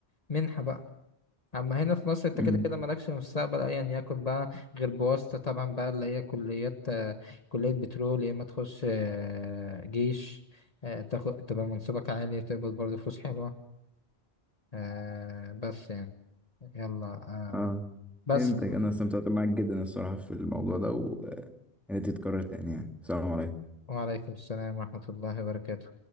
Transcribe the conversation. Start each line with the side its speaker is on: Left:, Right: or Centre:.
Left: منحة بقى اما هنا في مصر انت
Centre: مم.
Left: كده كده مالكش مستقبل ايا يكن بقى غير بواسطة طبعا بقى اللي هي كليات آه، كلية بترول يا اما تخش آه، جيش آه، تاخد تبقى منصبك عالي تقبض برضه فلوس حلوة آه، بس يعني يلا آه،
Centre: اه
Left: بس
Centre: فهمتك انا استمتعت معاك جدا الصراحة في الموضوع ده ويا ريت يتكرر تاني يعني السلام عليكم
Left: وعليكم السلام ورحمة الله وبركاته